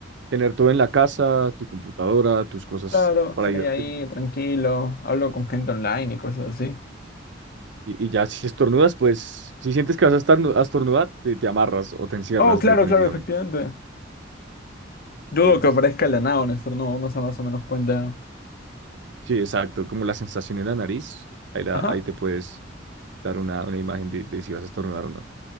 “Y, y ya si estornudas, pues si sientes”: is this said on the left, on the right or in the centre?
Right